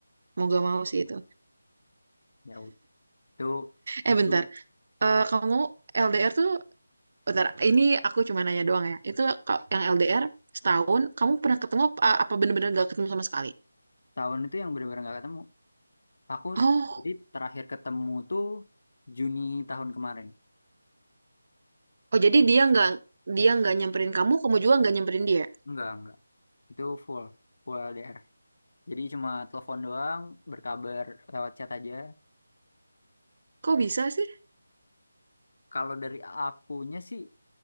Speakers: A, on the right; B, on the left.
A: mau gak mau sih itu
B: Ya itu
A: eh
B: itu
A: bentar Eh, kamu LDR tuh bentar ini aku cuma nanya doang ya itu ka- yang LDR setahun kamu pernah ketemu apa apa bener-bener gak ketemu sama sekali
B: tahun itu yang benar-benar nggak ketemu. Aku
A: oh
B: jadi terakhir ketemu tuh Juni tahun kemarin.
A: Oh jadi dia nggak dia nggak nyamperin kamu, kamu juga nggak nyamperin dia.
B: Enggak, enggak. Itu full, full LDR. Jadi cuma telepon doang, berkabar lewat chat aja.
A: Kok bisa sih?
B: Kalau dari akunya sih